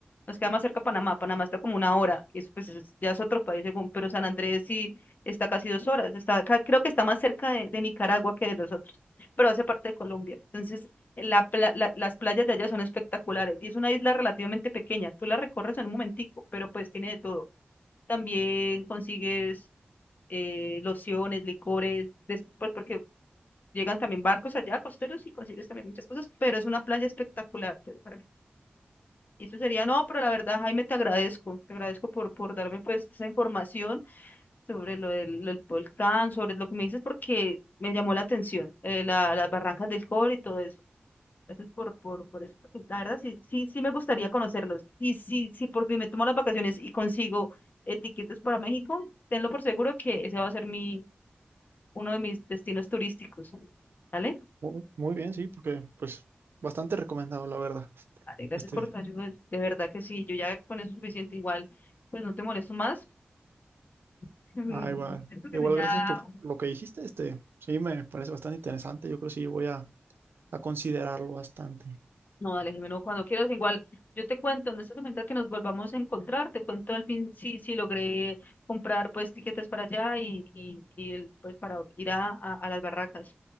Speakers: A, on the left (about 50°); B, on the right (about 70°).
A: Nos queda más cerca Panamá. Panamá está como una hora. Y eso pues es- ya es otro país según. Pero San Andrés sí está casi dos horas. Está, ca- creo que está más cerca de, de Nicaragua que de nosotros. Pero hace parte de Colombia. Entonces, la pla- la- las playas de allá son espectaculares. Y es una isla relativamente pequeña. Tú la recorres en un momentico, pero pues tiene de todo. También consigues eh, lociones, licores, después porque llegan también barcos allá, costeros, y consigues también muchas cosas, pero es una playa espectacular. pues, para y eso sería, no, pero la verdad, Jaime, te agradezco, te agradezco por, por darme pues esa información sobre lo del, lo del volcán, sobre lo que me dices, porque me llamó la atención, eh, la- las barrancas del cobre y todo eso. Gracias por, por, por eso. porque La verdad, sí, sí, sí me gustaría conocerlos. Y si, si por fin me tomo las vacaciones y consigo eh, tiquetes para México, tenlo por seguro que ese va a ser mi, uno de mis destinos turísticos. ¿Vale?
B: Mu- Muy bien, sí, porque pues bastante recomendado, la verdad.
A: Vale, gracias
B: Este,
A: por tu ayuda. De verdad que sí, yo ya con eso es suficiente. Igual, pues no te molesto más. <laughs> Mm,
B: Ah, igual.
A: Siento que
B: Igual,
A: ya...
B: gracias por lo que dijiste. Este, sí, me parece bastante interesante. Yo creo que sí voy a, a considerarlo bastante.
A: No, dale, Jimeno, cuando quieras, igual yo te cuento, en esta semana que nos volvamos a encontrar, te cuento al fin si, si logré comprar pues tiquetes para allá y, y, y el- pues para ir a, a, a las barracas.